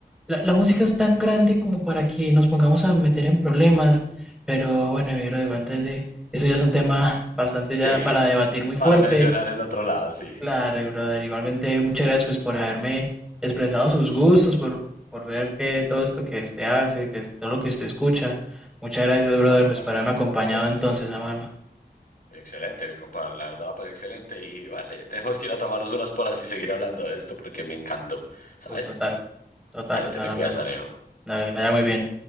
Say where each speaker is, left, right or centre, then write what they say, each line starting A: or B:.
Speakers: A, in the centre; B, on the left (about 60°).
A: La, la música es tan grande como para que nos pongamos a meter en problemas, pero bueno, mi bro, digo, antes de eso ya es un tema bastante ya
B: Sí,
A: para debatir
B: <laughs>
A: muy
B: para
A: fuerte.
B: mencionar en otro lado, sí.
A: Claro, brother. Igualmente, muchas gracias pues por haberme expresado sus gustos, por, por ver que todo esto que usted hace, que es todo lo que usted escucha. Muchas gracias, brother,
B: No, igualmente,
A: pues por haberme acompañado
B: créalo que
A: entonces,
B: sí.
A: hermano.
B: Excelente, mi compadre, la verdad la excelente y vale, tenemos que ir a tomarnos unas polas y seguir hablando de esto porque me encantó, ¿sabes?
A: Oh, Total, total,
B: Dale,
A: total,
B: te me
A: hermano.
B: cuidas, Alejo.
A: Dale, que te vaya muy bien.